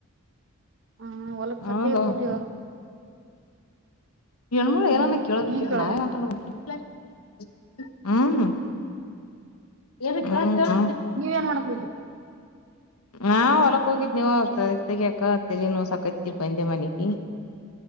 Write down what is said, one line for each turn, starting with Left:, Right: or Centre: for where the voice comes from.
Right: ಹ ಹೊಲಗ್ ಸದ್ಯಗ
Left: ಹೌದು
Right: ಹೋಗಿದ್ಯಾವ
Left: ಮೂಳ
Right: ಹ್ಮ್
Left: ಏನನ ಕ ಕೆೇಳಬೇಕನಂತಡ
Right: ಈಗ ಕೇಳಾಕತ್ ನೋಡು
Left: ಬ <unintelligible> ಹ್ಮ. ಹಮಮ್ಮ- <unintelligible>
Right: ನೀ ಏನ್ ಮಾಡಕ್ ಹೋಗಿದ್ರಿ
Left: ಹಾ ಹೊಲಕ್ ಹೋಗಿದ್ನೇವ ಕಳೆತಗಯಾಕ ತಲಿ ನೋವ್ ಸಾಕತ್ತಿ ಬಂದೆ ಮನೆಗೆ